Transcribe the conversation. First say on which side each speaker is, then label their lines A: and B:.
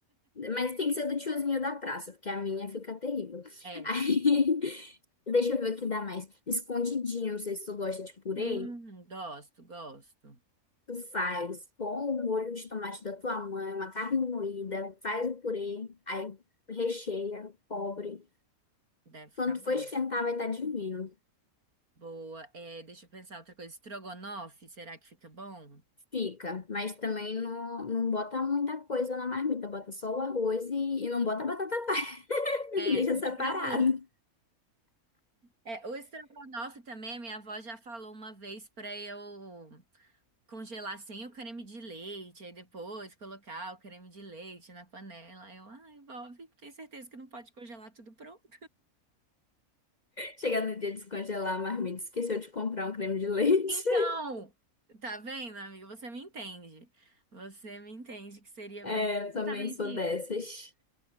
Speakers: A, on the left; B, on the right.
A: mas tem que ser do tiozinho da praça, porque a minha fica terrível.
B: É.
A: Aí, <laughs> deixa eu ver o que dá mais. Escondidinho, não sei se tu gosta de purê.
B: Hum, gosto, gosto.
A: Tu faz com o molho de tomate da tua mãe, uma carne moída, faz o purê, aí recheia, cobre.
B: Deve ficar
A: Quando
B: bom.
A: for esquentar, vai estar divino.
B: Boa. É, deixa eu pensar outra coisa. Estrogonofe, será que fica bom?
A: Fica, mas também não, não bota muita coisa na marmita, bota só o arroz e, e não bota batata <laughs>
B: É,
A: Deixa
B: que
A: separado.
B: amor. É, o estrogonofe também, minha avó já falou uma vez pra eu congelar sem o creme de leite, aí depois colocar o creme de leite na panela. Aí Eu, ai, Bob, tenho certeza que não pode congelar tudo pronto.
A: Chegar no dia de descongelar a marmita, esqueceu de comprar um creme de leite.
B: Então,
A: <laughs>
B: tá vendo, amiga? Você me entende. Você me entende que seria
A: É,
B: bem
A: eu
B: exatamente
A: também sou dessas.
B: isso.